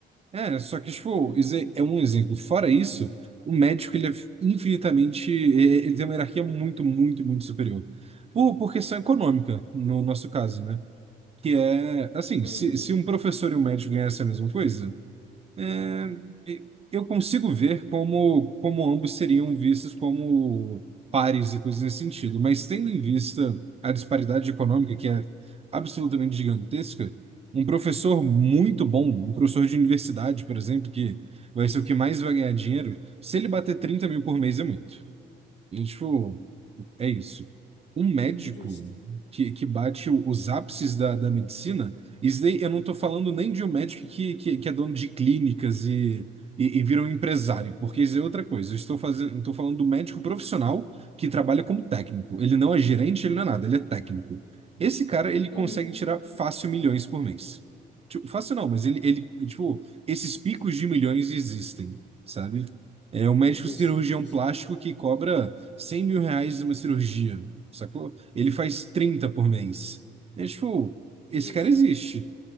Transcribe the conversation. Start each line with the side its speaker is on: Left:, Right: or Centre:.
Right: É, só que, tipo,
Left: Uhum,
Right: isso é é um exemplo. Fora isso, o médico, ele é infinitamente, e- ele tem uma hierarquia muito, muito, muito superior. Por, por questão econômica, no nosso caso, né? Que é, assim,
Left: uhum,
Right: se, se um professor e um médico ganhassem a mesma coisa, é, eu consigo ver como, como ambos seriam vistos como pares e coisas nesse sentido, mas tendo em vista a disparidade econômica, que é absolutamente gigantesca, um professor muito bom, um professor de universidade, por exemplo, que vai ser o que mais vai ganhar dinheiro, se ele bater 30 mil por mês é muito. E, tipo, é isso. Um médico
Left: justo,
Right: que, que bate o- os ápices da, da medicina, isso daí eu não tô falando nem de um médico que, que, que é dono de clínicas e, e, e vira um empresário, porque isso é outra coisa. Eu estou fazendo, estou falando do médico profissional que trabalha como técnico. Ele não é gerente, ele não é nada, ele é técnico. Esse cara, ele consegue
Left: Uhum.
Right: tirar fácil milhões por mês. Tipo, fácil não, mas ele, ele, tipo, esses picos de milhões existem, sabe? É um médico
Left: justo,
Right: cirurgião
Left: justo,
Right: plástico que cobra 100 mil reais uma cirurgia, sacou? Ele faz 30 por mês. É tipo, esse
Left: Justo,
Right: cara existe.